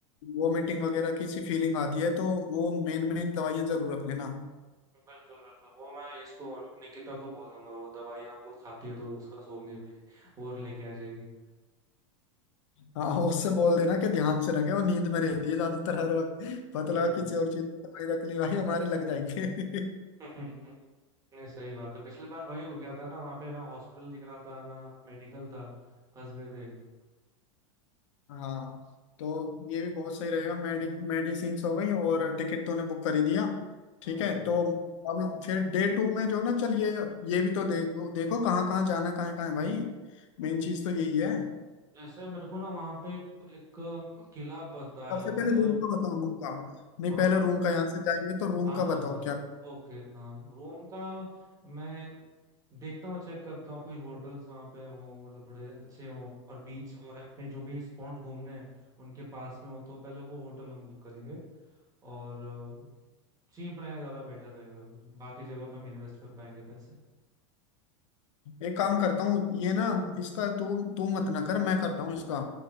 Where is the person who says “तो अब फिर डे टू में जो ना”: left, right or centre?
Left